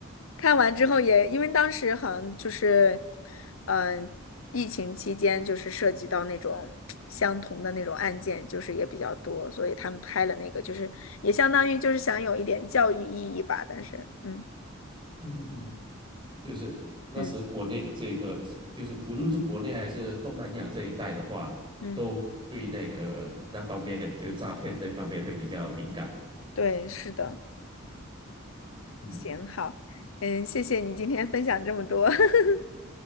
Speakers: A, on the left; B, on the right.
A: 看完之后也，因为当时好像就是，嗯、疫情期间就是涉及到那种相同的那种案件，就是也比较多，所以他们拍了那个，就是也相当于就是想有一点教育意义吧。但是，嗯
B: <laughs> 嗯哼哼。就是那时国内这个就是不论是国内还是东南亚这一带的话，
A: 嗯嗯，
B: 都对那个那方面，就诈骗这方面会比较敏感。
A: 对，是的，
B: 嗯，
A: 行，好，嗯，谢谢你今天分享这么多，<laughs>